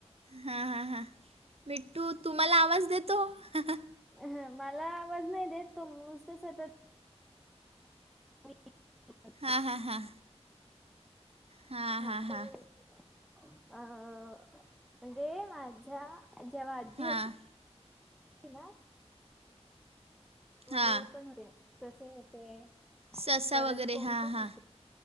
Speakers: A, on the right; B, in the centre.
A: हा हा हा मिठ्ठू तुम्हाला आवाज देतो. हा हा
B: ह मला आवाज नाही देत तो नुसतं सतत मि आली
A: हा हां हां. हां
B: हा.
A: हां हां
B: ते अ म्हणजे माझ्या जेव्हा आजी
A: हां
B: होती किवा वगैरे
A: हां
B: पण ससे होते
A: ससा
B: परत
A: वगैरे
B: कोंबडी
A: हां
B: पण
A: हां
B: होते